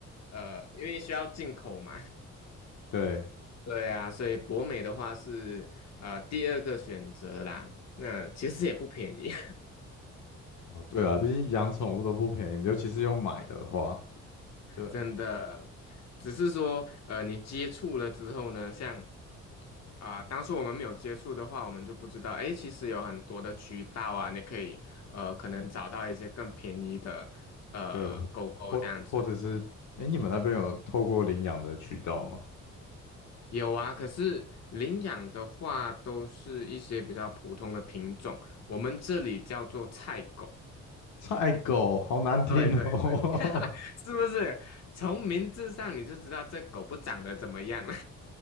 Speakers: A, on the left; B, on the left.
A: 呃，因为需要进口嘛。
B: 对，
A: 对啊，所以博美的话是呃第二个选择啦。那其实也不便宜。
B: 哦对啊，毕竟养宠物都不便宜，尤其是用买的话，对
A: 真的，只是说，呃，你接触了之后呢，像啊、当初我们没有接触的话，我们就不知道，诶，其实有很多的渠道啊，你可以，呃，可能找到一些更便宜的，呃，
B: 对，或或或者是，
A: 狗狗这样子。
B: 哎，你们那边有透过领养的渠道吗？
A: 有啊，可是领养的话，都是一些比较普通的品种，我们这里叫做菜狗。
B: 菜狗，好难听哦。
A: 对对对，<laughs> 是不是？从名字上你就知道这狗不长得怎么样了。